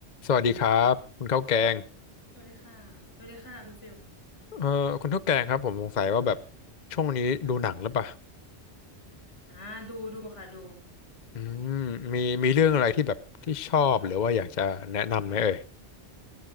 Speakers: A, on the left; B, on the left.
A: สวัสดีครับคุณข้าวแกง
B: สวัสดีค่ะสวัสดีค่ะคุณฟิล
A: เอ่อคุณข้าวแกงครับผมสงสัยว่าแบบช่วงนี้ดูหนังหรือเปล่า
B: อ่าดูดูค่ะดู
A: อืมมีมีเรื่องอะไรที่แบบที่ชอบหรือว่าอยากจะแนะนำไหมเอ่ย